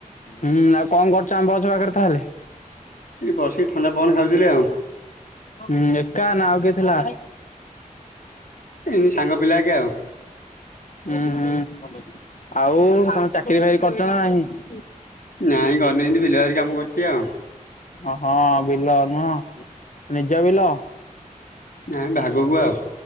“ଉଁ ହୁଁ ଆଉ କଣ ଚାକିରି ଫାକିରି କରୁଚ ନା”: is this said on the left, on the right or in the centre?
Left